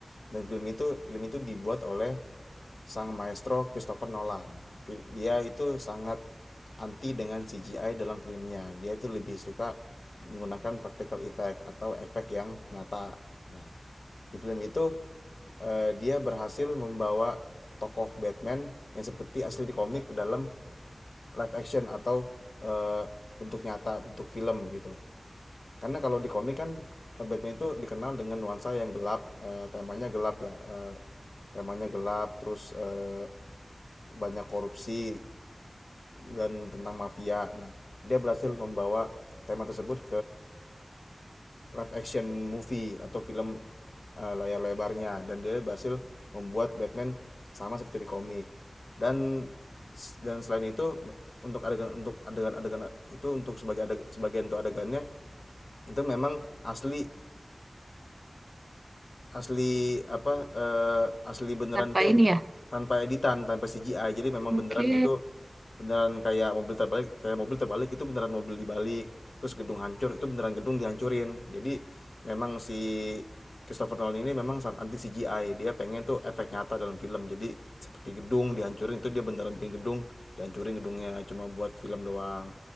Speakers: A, on the left (about 85°); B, on the right (about 45°).
A: Dan film itu film itu dibuat oleh sang maestro Christopher Nolan. Dia itu sangat anti dengan CGI dalam filmnya. Dia itu lebih suka menggunakan practical effect atau efek yang nyata. Nah, di film itu eh, dia berhasil membawa tokoh Batman yang seperti asli di komik ke dalam live action atau eh, bentuk nyata, bentuk film gitu. Karena kalau di komik kan eh, Batman itu dikenal dengan nuansa yang gelap, eh, temanya gelap ya, eh, temanya gelap, terus eh, banyak korupsi dan tentang mafia. Nah, dia berhasil membawa tema tersebut live action movie atau film eh, layar lebarnya dan dia berhasil membuat Batman sama seperti di komik dan dan selain itu untuk adegan untuk adegan adegan itu untuk sebagai adeg, sebagian untuk adegannya itu memang asli asli apa eh, asli beneran
B: Tanpa
A: itu
B: ini ya?
A: tanpa editan tanpa CGI jadi memang
B: Oke.
A: beneran itu beneran kayak mobil terbalik kayak mobil terbalik itu beneran mobil dibalik terus gedung hancur itu beneran gedung dihancurin jadi memang si Christopher Nolan ini memang sangat anti CGI dia pengen tuh efek nyata dalam film jadi seperti gedung dihancurin itu dia beneran bikin gedung dihancurin gedungnya cuma buat film doang